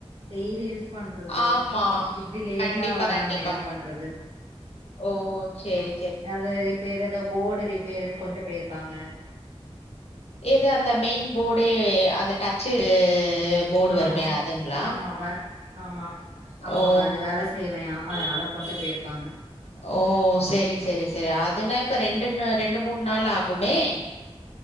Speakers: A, on the right; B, on the left.
A: டெய்லி யூஸ் பண்றது
B: ஆமா ஆமா
A: இப்டி லேட்டா
B: கண்டிப்பா
A: வராங்க
B: கண்டிப்பா
A: என்ன பண்றது
B: ஓ செரி
A: அது ரிப்பேரு எதோ போர்டு ரிப்பேர்ன்னு கொண்டு போயிர்க்காங்க
B: எது அந்த மெயின் போர்டே அந்த டச்சு போர்டு
A: ஆ
B: வருமே அதுங்களா
A: ஆமா வர்க் ஆமா ஆமா
B: ஓ!
A: அது வேல செய் செய்யலயா அதனால கொண்டு போயிர்க்காங்க
B: ஓ செரி செரி செரி அதுன்னா இப்ப ரெண்டுன்னு ரெண்டு மூண் நாள் ஆகுமே